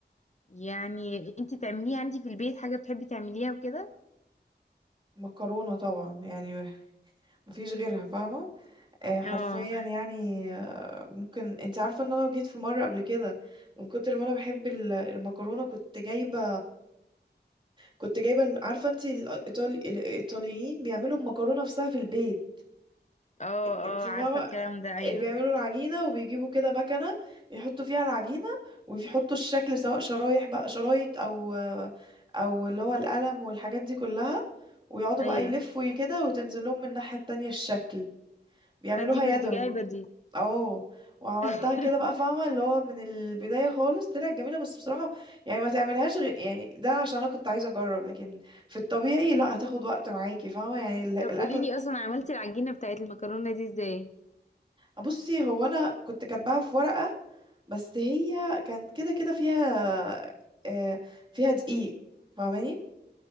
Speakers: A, on the left (about 40°); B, on the right (about 25°).
A: يعني انت تعمليها انت في البيت حاجة بتحبي تعمليها وكده
B: مكرونة طبعا يعني مفيش غيرها فاهمة آه حرفيا
A: اه
B: يعني آه ممكن انت عارفة ان انا جيت في مرة قبل كده من كتر ما انا بحب ال- المكرونة كنت جايبة كنت جايبة الم- عارفة انت الإيطالي... الايطاليين بيعملوا المكرونة نفسها في البيت
A: اه
B: انت
A: اه عارفة
B: فاهمة
A: الكلام ده ايوه
B: إيه، بيعملوا العجينة وبيجيبوا كده مكنة يحطوا فيها العجينة ويحطوا الشكل سواء شرايح بقى شرايط أو أو اللي هو القلم والحاجات دي كلها ويقعدوا
A: ايوه
B: بقى يلفوا كده وتنزل لهم من الناحية التانية الشكل بيعملوها
A: فانتي كنت
B: يدوي
A: جايبه دي
B: اه وعملتها
A: <laughs>
B: كده بقى فاهمة اللي هو من البداية خالص طلعت جميلة بس بصراحة يعني ما تعملهاش غير يعني ده عشان انا كنت عايزة اجرب لكن في الطبيعي لا هتاخد وقت معاكي فاهمة يعني ال-
A: طب
B: الاكل
A: قولي لي اصلا عملتي العجينة بتاعت المكرونة دي ازاي
B: بصي هو انا كنت كاتباها في ورقة بس هي كانت كده كده فيها آه، فيها دقيق فاهماني